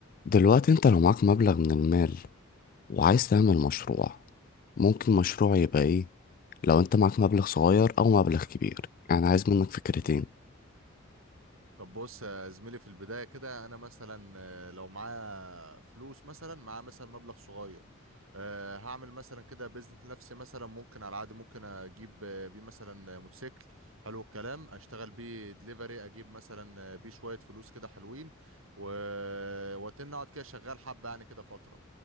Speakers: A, on the left; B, on the right.
A: دلوقتي انت لو معاك مبلغ من المال وعايز تعمل مشروع ممكن مشروع يبقى ايه لو انت معاك مبلغ صغير او مبلغ كبير يعني عايز منك فكرتين
B: طب بص يا زميلي في البداية كده أنا مثلا آه، لو معايا فلوس مثلا معايا مثلا مبلغ صغير آه، هعمل مثلا كده بيزنس لنفسي مثلا ممكن على العادي ممكن أجيب آه، بيه مثلا آه، موتوسيكل حلو الكلام أشتغل بيه دليفري أجيب مثلا آه، بيه شوية فلوس كده حلوين و... وأتن أقعد كده شغال حبة يعني كده فترة